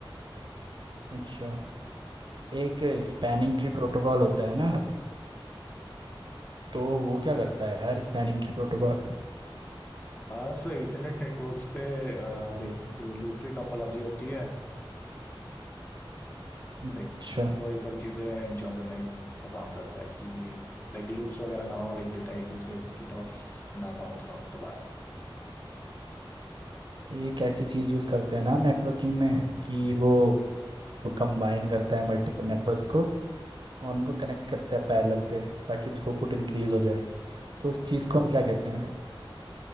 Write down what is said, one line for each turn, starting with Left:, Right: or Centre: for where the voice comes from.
Right: अच्छा एक स्पैनिंग ट्री प्रोटोकॉल होता है ना तो वो क्या करता है यार स्पैनिंग ट्री प्रोटोकॉल
Left: हाँ सर इंटरनेट नेटवर्क्स पे लाइक जो लूप फ्री टोपोलॉजी होती है
Right: अच्छा
Left: लाइक वही सारी चीज़ें इंश्योर करने का काम करता है कि लाइक लूप्स वगैरह ना हो लाइक डेटा एक दूसरे की तरफ ना पहुंच रहा हो दोबारा
Right: एक ऐसी चीज़ यूज़ करते हैं ना आप नेटवर्किंग में कि
Left: जी
Right: वो कंबाइन करता है मल्टीपल नेटवर्क्स को और उनको कनेक्ट करता है पैरेलल पे ताकि थ्रूपुट इंक्रीज हो जाए तो उस चीज़ को हम क्या कहते हैं